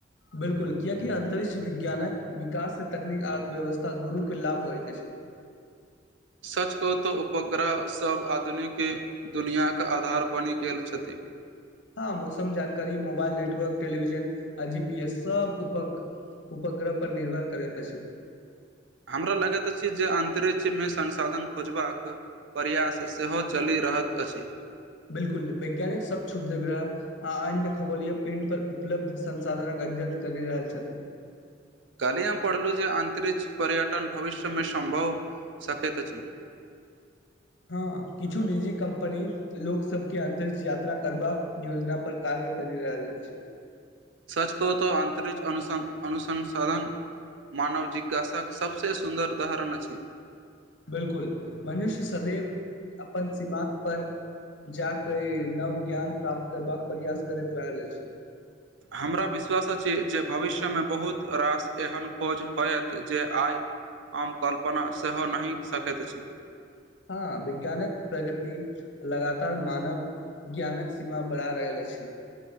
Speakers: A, on the left (about 70°); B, on the right (about 80°).
A: बिल्कुल कियाकि अंतरिक्ष विज्ञानक विकास से तकनीक अर्थव्यवस्था दुनू के लाभ होइत अछि
B: सच कहौ तो उपग्रहसभ आधुनिक दुनिआके आधार बनि गेल छथि
A: हँ मौसम जानकारी मोबाइल नेटवर्क टेलिविजन आ जी पी एस सब उप उपग्रह पर निर्भर करैत अछि
B: हमरा लगैत अछि जे अन्तरिक्षमे संसाधन खोजबाक प्रयास सेहो चलि रहल अछि
A: बिलकुल वैज्ञानिक सब छुधग्रह आ अन्य खगोलीय पिंड पर उपलब्ध संसाधनक अध्ययन करि रहल छथि
B: काल्हि हम पढ़लहुँ जे अंतरिक्ष पर्यटन भविष्यमे सम्भव सकैत अछि
A: हँ किछु नीजी कम्पनी लोक सबके अंतरिक्ष यात्रा करबाक योजना पर कार्य कर रहल अछि
B: सच कहु तऽ अन्तरिक्ष अनुस अनुसंसाधन मानव जिज्ञासाक सभसँ सुन्दर उदाहरण अछि
A: बिलकुल मनुष्य सदैव अपन सीमा पर जाके नव ज्ञान प्राप्त करबाक प्रयास करैत रहल अछि
B: हमरा विश्वास अछि जे भविष्यमे बहुत रास एहन खोज होयत जे आइ हम कल्पना सेहो नहि सकैत अछि
A: हँ विज्ञानक प्रगति लगातार मानव ज्ञानक सीमा बढ़ा रहल अछि